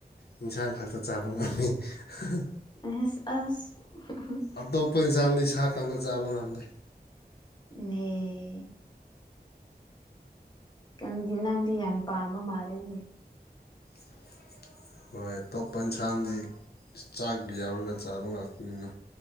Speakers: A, on the left; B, on the left.
A: ꯌꯦꯟꯁꯥꯡ ꯈꯥꯛꯇ ꯆꯥꯕ ꯉꯝꯃꯦ ꯍꯍ
B: ꯑꯦꯁ ꯑꯁ ꯍꯝꯍꯝ
A: ꯑꯇꯣꯞꯄ ꯏꯟꯁꯥꯡꯗꯤ ꯁꯥ ꯈꯛꯅ ꯆꯥꯕ ꯉꯝꯗꯦ
B: ꯎꯝꯅꯦ <unintelligible> ꯀꯟꯗꯤ ꯅꯪꯗꯤ ꯌꯥꯝ ꯄꯥꯝꯕ ꯃꯥꯜꯂꯦꯅꯦ
A: <inaudible> ꯍꯣꯏ ꯑꯇꯣꯞꯄ ꯏꯟꯁꯥꯡꯗꯤ ꯆꯥꯛ ꯌꯥꯎꯔꯒ ꯆꯥꯕ ꯉꯥꯛꯇꯅꯤꯅ